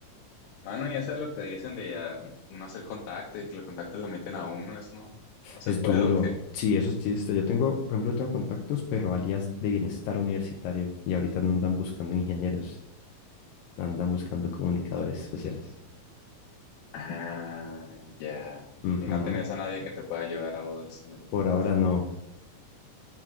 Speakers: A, on the left; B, on the left.
A: Mano, y eso es lo que dicen de ah, uno hacer contacto y que los contactos lo meten a uno, eso no, no se
B: es
A: puede
B: duro.
A: ¿o qué?
B: Sí, eso sí, este, yo tengo, por ejemplo, tengo contactos, pero alias de bienestar universitario, y ahorita no andan buscando ingenieros, andan buscando comunicadores sociales.
A: Ah, ya.
B: Ujú.
A: Y no tenés a nadie que te pueda ayudar a vos en el-
B: Por
A: lo
B: ahora
A: otro.
B: no.